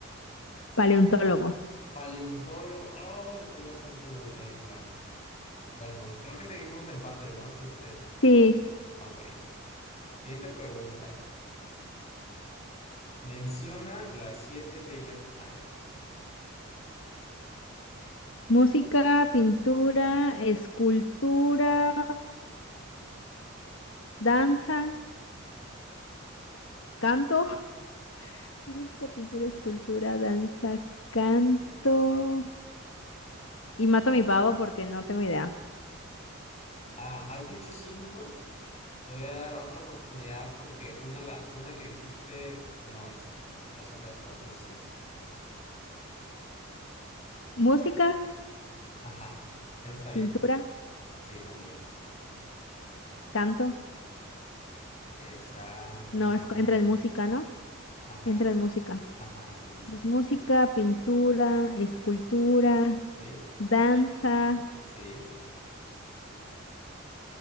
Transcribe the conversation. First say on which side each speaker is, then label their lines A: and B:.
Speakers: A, on the left (about 65°); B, on the left (about 30°).
A: Paleontólogo.
B: Paleontólogo. Oh, le di la punta de la lengua. Bueno, creo que seguimos empate, no tres tres
A: Sí.
B: Ok. Siguiente pregunta. Menciona las siete bellas artes.
A: Música, pintura, escultura, danza, canto. <laughs> Música, pintura, escultura, danza, canto. Y mato a mi pavo porque no tengo idea.
B: Ah, has dicho cinco, Te voy a dar otra oportunidad porque una, la, una que dijiste no es. Las otras cuatro sí.
A: Música,
B: Ajá. Esa está bien.
A: pintura,
B: Sí, también.
A: canto.
B: Esa no.
A: No, es, entra en música, ¿no?
B: Ajá,
A: Entra
B: sí.
A: en música.
B: Ajá, sí, sí, sí.
A: Pues música, pintura, escultura,
B: Sí,
A: danza,
B: sí.